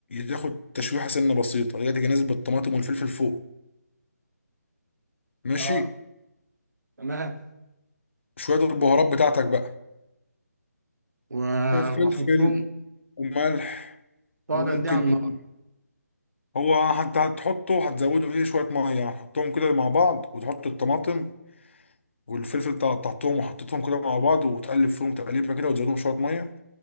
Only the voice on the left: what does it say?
تاخد تشويحة سنة بسيطة هي تيجي نازل بالطماطم والفلفل فوق ماشي
شوية البهارات بتاعتك بقى
فلفل
وملح
وممكن
هو هت- هتحطه هتزوده فيه شوية مية يعني هتحطهم كده مع بعض وتحط الطماطم والفلفل اللي قطعتهم وحطيتهم كده مع بعض وتقلب فيهم تقليبة كده وتزودهم شوية مية